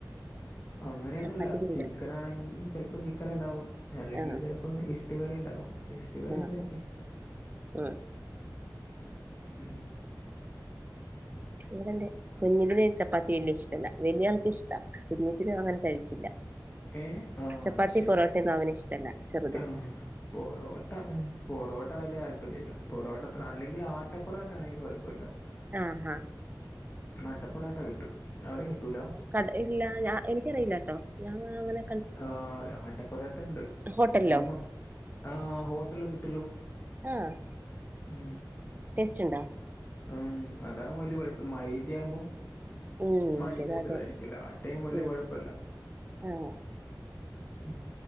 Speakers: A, on the left; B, on the right.
A: അങ്ങനെയൊന്നുല്ല
B: ചപ്പാത്തി മീൻകറി
A: ചിക്കൻ ആണെങ്കിൽ ചിലപ്പോ ചിക്കൻ ഉണ്ടാവും അല്ലെങ്കിൽ
B: ആഹ്
A: ച ഉം ഇഷ്ട്ക്കറിയിണ്ടാവും ഇഷ്ട് ക്കാരെക്കെയാണെക്കിൽ
B: ആഹ് ഉം
A: ഉം
B: ഇവിടെന്റെ കുഞ്ഞിതിന് ചപ്പാത്തി വല്ല്യ ഷ്ട്ടല്ല വല്ല്യാൾക്ക് ഇഷ്ടാ കുഞ്ഞിതിന് അങ്ങനെ കഴി ഇല്ല
A: ഏഹ്? ആഹ്
B: ചപ്പാത്തിപ്പോറോട്ടെന്നും
A: അത് ശരി.
B: അവന് ഇഷ്ട്ടല്ലചെറുതിന്
A: ആഹ്. പൊറോട്ട ഉം പൊറോട്ട വലിയ താല്പര്യം ഇല്ല പൊറോട്ടത്ര അല്ലെങ്കില് ആട്ടപ്പൊറോട്ട ആണെങ്കില് കുഴപ്പല്ല
B: ആഹ് ഹാ
A: ആട്ടപ്പൊറാട്ട കിട്ടും അവിടെക്കിട്ടൂല
B: കട ഇല്ല ഞ എനിക്കറിയില്ലട്ടോ ഞാങ്ങ നങ്ങനെ
A: ആഹ് അട്ടപ്പറാട്ടണ്ട്
B: ഹോട്ടലിലോ
A: അതാമ്പം ആഹ് ഹോട്ടല് കിട്ടല്ലോ
B: ആഹ്
A: ഉം
B: ടേസ്റ്റ്ണ്ടാ
A: ഉ അതാവമ്പ വല്ല്യ കുഴപ്പം മൈതിയാമ്പം
B: ഉം
A: മൈതേന്റതായിരിക്കല്ല
B: മറ്റേത് അതെ
A: ആട്ടെയ്മ വല്യ
B: ഉം
A: കുഴപ്പല്ല
B: ആഹ്
A: ഉ